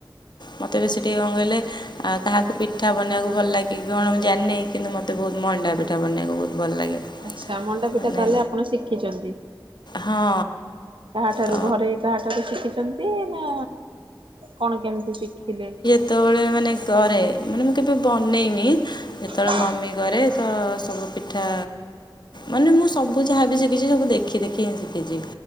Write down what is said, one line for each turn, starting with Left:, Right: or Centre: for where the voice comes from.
Left: ମୋତେ ବେଶୀ ଟିକି କଣ କହିଲେ ଆ କାହାକୁ ପିଠା ବନେଇବାକୁ ଭଲ ଲାଗେ କଣ ମୁଁ ଜାଣିନି? କିନ୍ତୁ ମୋତେ ବହୁତ ମଣ୍ଡା ପିଠା ବନେଇବାକୁ ବହୁତ ଭଲ ଲାଗେ।
Right: ଆଚ୍ଛା ମଣ୍ଡାପିଠା
Left: ମାନେ
Right: ତାହେଲେ ଆପଣ ଶିଖିଛନ୍ତି?
Left: ହଁ
Right: କାହାଠାରୁ
Left: ତ
Right: ଘରେ କାହାଠାରୁ ଶିଖିଛନ୍ତି ନା? କଣ କେମିତି ଶିଖିଲେ?
Left: ସେତେବେଳେ ମାନେ କରେ ମାନେ ମୁଁ କେବେ ବନେଇନି ଯେତେବେଳେ
Right: ହଁ।
Left: ମମି କରେ। ତ ସବୁ ପିଠା। ମାନେ ମୁଁ ସବୁ ଯାହାବି ଶିଖିଛି ସବୁ ଦେଖି ଦେଖିକି ହିଁ ଶିଖିଛି।